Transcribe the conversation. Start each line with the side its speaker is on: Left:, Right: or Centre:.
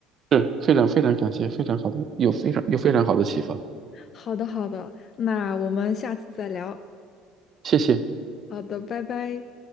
Right: 是非常非常感谢，非常好的，有非常有非常好的启发，
Left: 好的，好的，那我们下次再聊。
Right: 谢谢。
Left: 好的，拜拜。